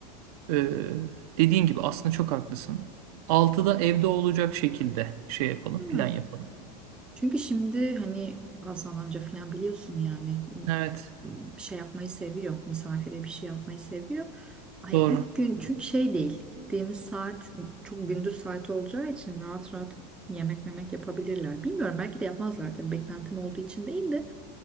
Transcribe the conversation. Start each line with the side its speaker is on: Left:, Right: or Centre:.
Right: e, dediğin gibi aslında çok haklısın. 6'da evde olacak şekilde şey yapalım.
Centre: Hı.
Right: Plan yapalım.
Centre: Çünkü şimdi hani Hasan amca falan biliyorsun yani
Right: Evet.
Centre: bir şey yapmayı seviyor. Misafire bir şey yapmayı seviyor. Hani
Right: Doğru.
Centre: ilk gün çünkü şey değil gittiğimiz saat çok gündüz saati olacağı için rahat rahat yemek memek yapabilirler. Bilmiyorum belki de yapmazlar tabii beklentim olduğu için değil de